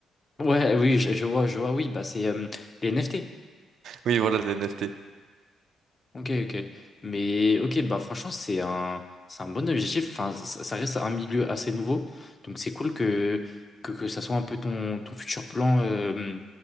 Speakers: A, on the left; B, on the right.
A: Ouais, oui, je, je vois, je vois, oui, bah, c'est euh, les NFT.
B: Oui, voilà les NFT.
A: Ok, ok. Mais ok, bah franchement, c'est un, c'est un bon objectif. Enfin, ça, ça reste un milieu assez nouveau. Donc c'est cool que, que, que ça soit un peu ton, ton futur plan, euh,